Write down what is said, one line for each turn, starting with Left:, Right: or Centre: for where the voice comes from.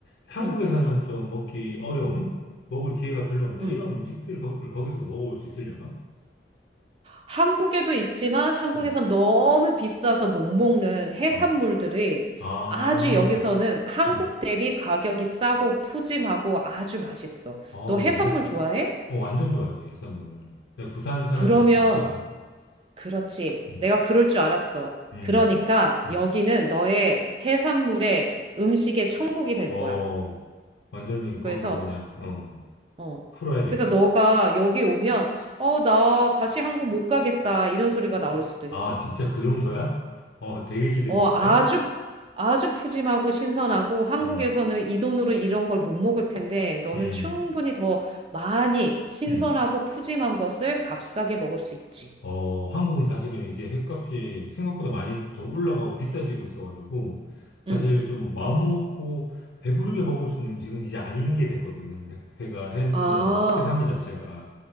Left: 한국에서는
Right: 음,
Left: 좀 먹기 어려운, 먹을 기회가 별로 없는
Right: 음.
Left: 이런 음식들을 거, 기서도 먹어볼 수 있으려나?
Right: 한국에도 있지만 한국에선
Left: 음.
Right: 너무 비싸서 못 먹는 해산물들이
Left: 어. 아,
Right: 아주 여기서는 한국
Left: 음.
Right: 대비 가격이 싸고 푸짐하고 아주 맛있어.
Left: 아,
Right: 너 해산물
Left: 그래.
Right: 좋아해?
Left: 어, 완전 좋아하지, 해산물. 내가 부산 사람이다
Right: 그러면
Left: 보니까, 어.
Right: 그렇지.
Left: 음,
Right: 내가 그럴 줄 알았어.
Left: 음,
Right: 그러니까
Left: 음.
Right: 여기는 너의 해산물의 음식의 천국이 될
Left: 어,
Right: 거야.
Left: 완전히 거기서
Right: 그래서,
Left: 그냥, 어,
Right: 어.
Left: 풀어야겠네.
Right: 그래서 너가 여기 오면, 어, 나 다시 한국 못 가겠다. 이런 소리가 나올 수도 있어.
Left: 아, 진짜 그 정도야? 어, 되게 기대되는데?
Right: 어, 아주, 아주 푸짐하고 신선하고 한국에서는
Left: 음,
Right: 이 돈으로 이런 걸 못 먹을 텐데 너는
Left: 음,
Right: 충분히 더 많이 신선하고
Left: 음.
Right: 푸짐한 것을 값싸게 먹을 수 있지.
Left: 어, 한국은 사실은 이제 횟값이 생각보다 많이 더 올라가고 비싸지고 있어가지고, 사실
Right: 응.
Left: 좀 마음먹고 배부르게 먹을 수 있는 음식은 이제 아닌 게 됐거든. 회, 회가, 회,
Right: 아,
Left: 뭐, 해산물 자체가.